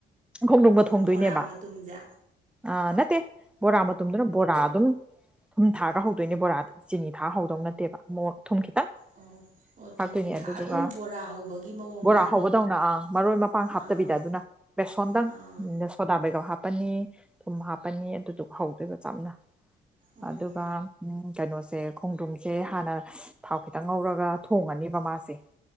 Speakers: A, in the centre; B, on the right.
A: ꯈꯣꯡꯗ꯭ꯔꯨꯝꯒ ꯊꯣꯡꯗꯣꯏꯅꯦꯕ
B: ꯕꯣꯔꯥ ꯃꯇꯨꯝꯁꯦ
A: ꯑ ꯅꯠꯇꯦ ꯕꯣꯔꯥ ꯃꯇꯨꯝꯗꯨꯅ ꯕꯣꯔꯥ ꯑꯗꯨꯝ ꯊꯨꯝ ꯊꯥꯛꯑꯒ ꯍꯧꯗꯣꯏꯅꯦ ꯕꯣꯔꯥꯗꯤ ꯆꯤꯅꯤ ꯊꯥꯛꯑ ꯍꯧꯗꫭꯏ ꯅꯠꯇꯦꯕ ꯃꯣ ꯊꯨꯝ ꯈꯤꯇꯪ
B: ꯑꯣ ꯑꯣ ꯊꯨꯝ
A: ꯊꯥꯛꯇꯣꯏꯅꯦ
B: ꯊꯥꯛ
A: ꯑꯗꯨꯗꯨꯒ
B: ꯑꯗꯨꯝ ꯕꯣꯔꯥ ꯍꯧꯕꯒꯤ ꯃꯑꯣꯡꯗ
A: ꯕꯣꯔꯥ ꯍꯧꯕꯗꯧꯅ ꯑꯪ ꯃꯔꫭꯏ ꯃꯄꯥꯡ‌ꯍꯥꯞꯇꯕꯤꯗ
B: ꯑꯥ
A: ꯑꯗꯨꯅ ꯕꯦꯁꫭꯟ ꯗꯪ
B: ꯑꯥ
A: ꯗ ꯁꫭꯗꯥ ꯕꯩꯒꯞ ꯍꯥꯞꯄꯅꯤ ꯊꯨꯝ ꯍꯥꯞꯄꯅꯤ ꯑꯗꯨꯗꯨꯒ ꯍꯧꯗꯣꯏꯕ ꯆꯝꯅ
B: ꯑꯣ
A: ꯑꯗꯨꯒ ꯎꯝ ꯀꯩꯅꯣꯁꯦ ꯈꯣꯡꯗ꯭ꯔꯨꯝꯁꯦ ꯍꯥꯟꯅ ꯊꯥꯎ ꯈꯤꯇꯪ ꯉꯧꯔꯒ ꯊꯣꯡꯉꯅꯦꯕ ꯃꯥꯁꯦ